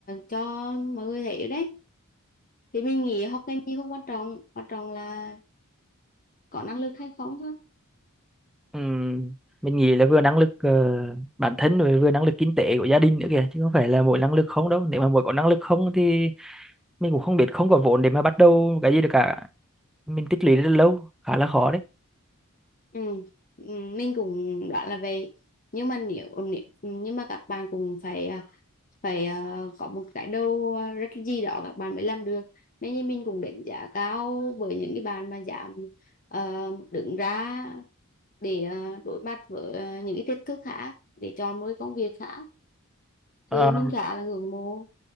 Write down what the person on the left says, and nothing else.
cho mọi người thấy đấy thì mình nghĩ học ngành gì không quan trọng quan trọng là có năng lực hay không thôi
ừ. ừ, mình cũng đoán là vậy nhưng mà nếu, nếu nhưng mà các bạn cũng phải à, phải ờ, có một cái đầu ờ, rất gì đó các bạn mới làm được nên như mình cũng đánh giá cao với những cái bạn mà dám ờ, đứng ra để ờ, đối mặt với ờ, những cái thách thức khác để chọn một cái công việc khác
thì
mình khá là ngưỡng mộ